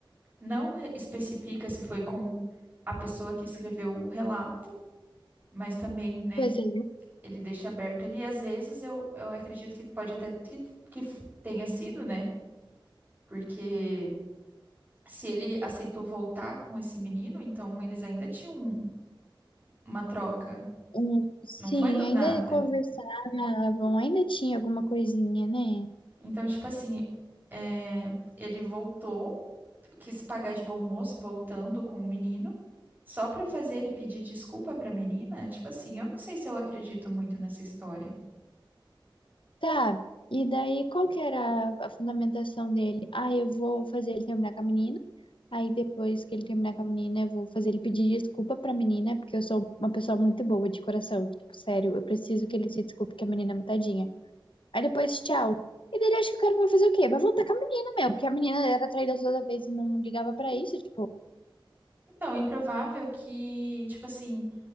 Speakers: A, on the right; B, on the left.
A: Não re- especifica se foi com a pessoa que escreveu o relato, mas também, né,
B: pois é.
A: ele deixa aberto ali. Às vezes eu, eu acredito que pode até que, que f- tenha sido, né? Porque se ele aceitou voltar com esse menino, então eles ainda tinham um- uma troca.
B: Um- sim,
A: Não foi do nada.
B: ainda conversavam, ainda tinha alguma coisinha, né?
A: Então, tipo assim, é, ele voltou, quis pagar de bom moço voltando com o menino. Só pra fazer ele pedir desculpa pra menina? Tipo assim, eu não sei se eu acredito muito nessa história.
B: Tá. E daí, qual que era a a fundamentação dele? Ah, eu vou fazer ele terminar com a menina. Aí depois que ele terminar com a menina, eu vou fazer ele pedir desculpa pra menina, porque eu sou uma pessoa muito boa de coração. Tipo, sério, eu preciso que ele se desculpe que a menina é mutadinha. Aí depois, tchau. E dele acho que o cara vai fazer o quê? Vai voltar com a menina, meu, porque a menina era traída toda vez e não ligava pra isso, tipo.
A: Então, é improvável que, tipo assim,